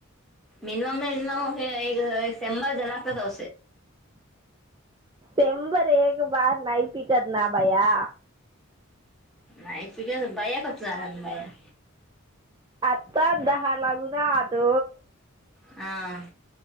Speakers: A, in the centre; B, on the right (about 20°).
A: मिनिमम मिनिमम एक सेंबर ज लाकचव.
B: तेंबर एक बार नाही प करत ना भया.
A: नाही तझ बाया कच झाला बाया.
B: पाच दहा लागून राहतो
A: हा